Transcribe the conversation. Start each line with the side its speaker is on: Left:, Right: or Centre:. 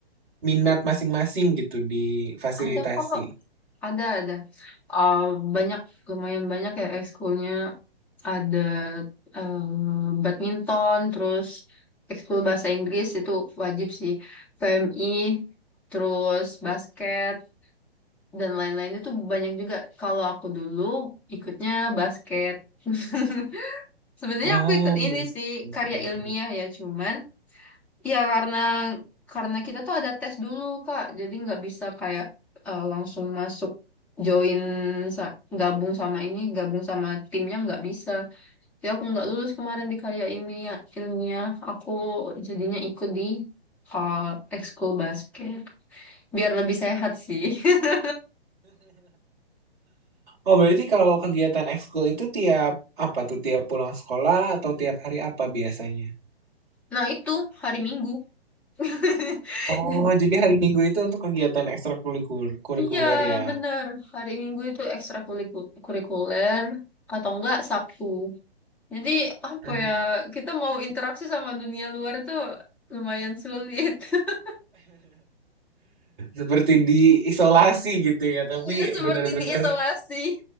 Right: minat masing-masing gitu di fasilitasi?
Centre: ada kok Ada, ada. Eh, banyak, lumayan banyak ya ekskulnya. Ada eh, badminton, terus ekskul bahasa Inggris itu wajib sih. PMI, terus basket, dan lain-lain itu banyak juga. Kalau aku dulu ikutnya basket. <laughs> Sebenarnya
Right: Oh,
Centre: aku ikut ini
Right: seru,
Centre: sih,
Right: seru,
Centre: karya
Right: seru.
Centre: ilmiah ya. Cuman Iya karena karena kita tuh ada tes dulu Kak, jadi nggak bisa kayak eh, langsung masuk join sa- gabung sama ini, gabung sama timnya nggak bisa. Jadi aku nggak lulus kemarin di karya ilmiah, ilmiah. Aku jadinya ikut di eh, ekskul basket biar lebih sehat sih. <laughs>
Right: Oh, berarti kalau kegiatan ekskul itu tiap apa tuh? Tiap pulang sekolah atau tiap hari apa biasanya?
Centre: Nah itu hari Minggu. <laughs>
Right: Oh, jadi hari Minggu itu untuk kegiatan ekstrakurikuler
Centre: Iya
Right: ya.
Centre: bener hari Minggu itu ekstrakurikuler atau enggak Sabtu. Jadi apa
Right: Hmm.
Centre: ya, kita mau interaksi sama dunia luar itu lumayan sulit. <laughs>
Right: Seperti diisolasi gitu ya, tapi
Centre: Ya seperti
Right: benar-benar
Centre: diisolasi.